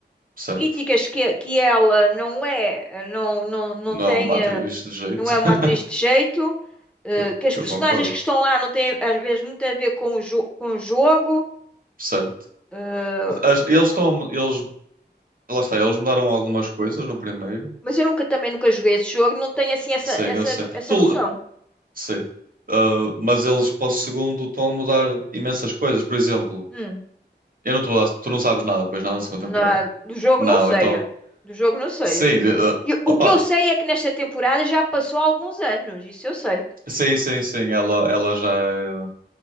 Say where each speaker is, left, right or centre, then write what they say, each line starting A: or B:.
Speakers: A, on the right; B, in the centre.
A: Certo.
B: críticas que, que ela não é, não, não, não
A: Não
B: tem,
A: é uma atriz
B: ah,
A: de jeito.
B: não é
A: <laughs>
B: uma atriz de jeito, eh,
A: Eu,
B: que as personagens
A: eu concordo.
B: que estão lá não têm, às vezes, muito a ver com o, jo- com o jogo,
A: Certo.
B: Ah,
A: As- eles estão. Eles, lá está, eles mudaram algumas coisas no primeiro.
B: mas eu nunca também nunca joguei esse jogo, não tenho assim essa,
A: Sim,
B: essa,
A: eu sei.
B: no- essa
A: Tu,
B: noção.
A: sei. Ah, mas eles para o segundo estão a mudar imensas coisas. Por exemplo,
B: Hum,
A: eu não te vou dar. Tu não sabes nada, pois nada da segunda
B: na-
A: temporada.
B: do jogo
A: Não,
B: não sei.
A: então.
B: é. Do jogo não sei.
A: Sim,
B: é.
A: de- ah,
B: E o
A: opa.
B: que eu sei é que nesta temporada já passou há alguns anos, isso eu sei.
A: Sim, sim, sim. Ela, ela já é.